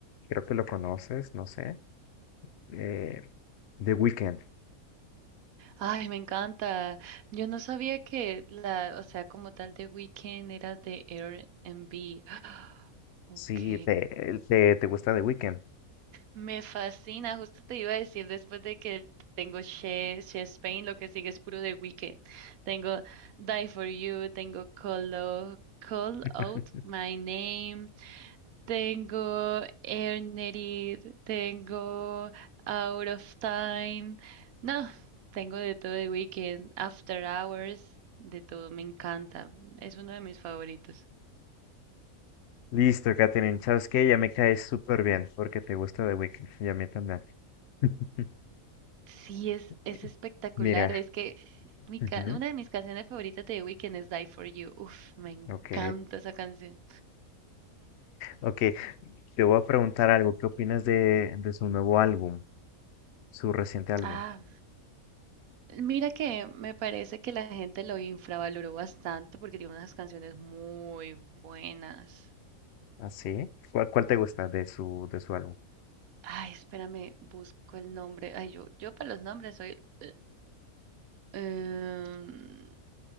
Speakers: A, on the left; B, on the right.
A: creo que lo conoces, no sé, eh, The Weeknd.
B: Ay, me encanta. Yo no sabía que la, o sea, como tal de Weeknd era de R and B. Ok.
A: Sí, te, el- te, te gusta The Weeknd.
B: Me fascina, justo te iba a decir después de que tengo She, She Spain, lo que sigue es puro de Wicked. Tengo Die For You, tengo Call Out, Call
A: <laughs>
B: Out My Name, tengo Earned tengo Out of Time. No, tengo de todo de Wicked, After Hours, de todo, me encanta. Es uno de mis favoritos.
A: Listo, Katherine, ¿sabes qué? Ya me caes súper bien porque te gusta The Weeknd y a mí también. <laughs>
B: Sí, es, es
A: Eh,
B: espectacular.
A: Mira,
B: Es que mi ca-
A: ujú,
B: una de mis canciones favoritas de The Weeknd es Die For You. Uf, me encanta
A: ok,
B: esa canción.
A: ok. Te voy a preguntar algo. ¿Qué opinas de, de su nuevo álbum, su reciente álbum?
B: Ah, mira que me parece que la gente lo infravaloró bastante porque tiene unas canciones muy buenas.
A: ¿Así? ¿Cuál, cuál te gusta de su, de su álbum?
B: Ay, espérame, busco el nombre. Ay, yo, yo para los nombres soy... eh, em,